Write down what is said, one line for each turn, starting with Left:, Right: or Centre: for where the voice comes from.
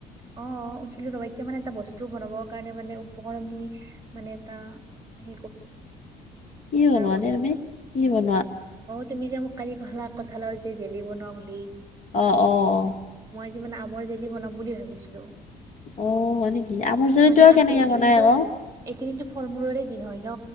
Right: অ উঠিলো ৰ এতিয়া মানে এটা বস্তু বনাবৰ কাৰণে মানে উপকৰণ খিনি মানে এটা হ
Left: কি বনোৱা
Right: কৰি
Left: নে তুমি কি বনোৱা
Right: তুি <unintelligible> কানি কঁঠলা কঁঠালৰ যি জেলি বনোৱা বুলি
Left: অ অ অ
Right: যি মে আমৰ জেলি বনাম বুলি ভাবিছো
Left: অ' হয় নেকি আমৰ জলিটো
Right: মানে
Left: আৰু
Right: আছে
Left: কেনেকে
Right: এইকেইদিনটো
Left: বনাই আকৌ
Right: এইকেইদিন ফল মুলৰেদিন হয় ন